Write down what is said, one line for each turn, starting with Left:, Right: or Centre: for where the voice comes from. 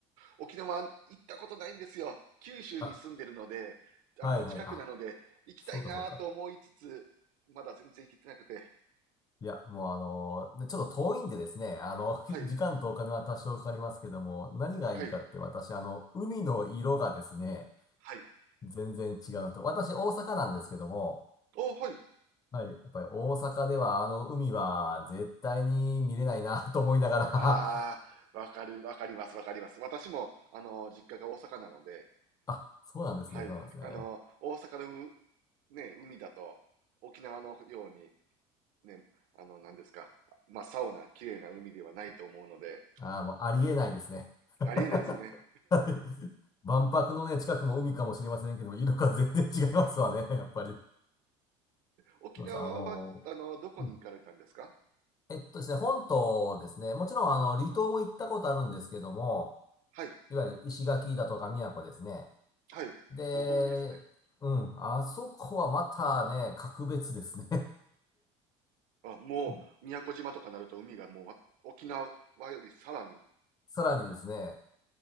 Right: 沖縄行ったことないんですよ。九州に住んでるので、
Left: あ、
Right: あの、
Left: はいはい。
Right: 近くなので、
Left: あ、
Right: 行きたいなと思いつつ、
Left: そうかそうか。
Right: まだ全然行けてなくて。
Left: いや、もうあの、でちょっと遠いんでですね、あの、<laughs>
Right: はい、
Left: 時間とお金は多少かかりますけども、何がいいかって私、
Right: はい、
Left: あの、海の色がですね、
Right: はい。
Left: 全然違うなと。私、大阪なんですけども、
Right: お、はい。
Left: はい。やっぱり大阪ではあの海は絶対に見れないな <laughs> と思いながら
Right: ああ、
Left: <laughs>
Right: わかる、わかります、わかります。私も、あの、実家が大阪なので、
Left: あ、そうなんですね、
Right: はい。
Left: そうなんですね。
Right: あの、大阪のう、ね、海だと、沖縄のように、ね、あの、何ですか、真っ青な綺麗な海ではないと思うので、
Left: ああ、もうありえないですね。
Right: ありえないですね。
Left: <laughs> はい万博のね、近くも海かもしれませんけど、色が全然違いますわね、<laughs> やっぱり。
Right: 沖縄は、
Left: そうそう、あの、
Right: あの、どこに行かれたんですか
Left: うんえっとですね、本島ですね、もちろんあの、離島も行ったことあるんですけども、
Right: はい、
Left: いわゆる石垣だとか宮古ですね。
Right: はい。
Left: で、
Right: おお、いいですね。
Left: うん、あそこはまたね、格別ですね。
Right: あ、もう、
Left: <laughs>
Right: 宮古島とかなると海がもう、ま沖縄よりさらに。
Left: さらにですね、